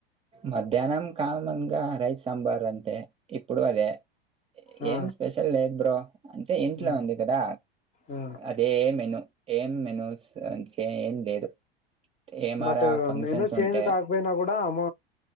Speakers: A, on the right; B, on the left.
A: మధ్యాహ్నం కామన్ గా రైస్ సాంబార్ అంతే ఇప్పుడు అదే
B: ఆ,
A: ఏం స్పెషల్ లేదు బ్రో అంటే ఇంట్లో
B: ఆ,
A: ఉంది కదా
B: ఆ.
A: అదే మెను ఏం మెనుస్ చే ఏం లేదు ఏమారా
B: బట్
A: ఫంక్షన్స్
B: నేను చేేంజ్
A: ఉంటే
B: కాకపోయినా కూడా వ